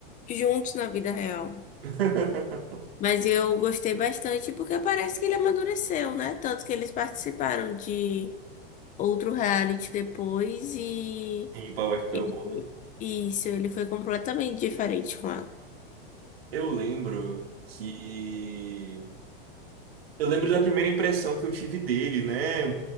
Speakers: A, on the left; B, on the right.
A: juntos na vida real.
B: <laughs>
A: Mas eu gostei bastante porque parece que ele amadureceu, né? Tanto que eles participaram de outro reality depois e,
B: Em Power Couple,
A: e
B: né?
A: e isso, ele foi completamente diferente com ela.
B: Eu lembro que. Eu lembro da primeira impressão que eu tive dele, né?